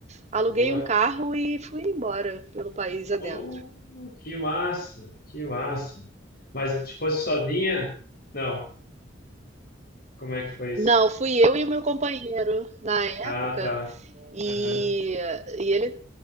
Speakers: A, on the right (about 35°); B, on the left (about 55°).
A: aluguei
B: Boa.
A: um carro e fui embora pelo país adentro.
B: Oh, que massa, que massa. Mas se fosse sozinha? Não. Como é que foi isso?
A: Não, fui eu e o meu companheiro na época
B: Ah, tá.
A: e,
B: Aham.
A: e ele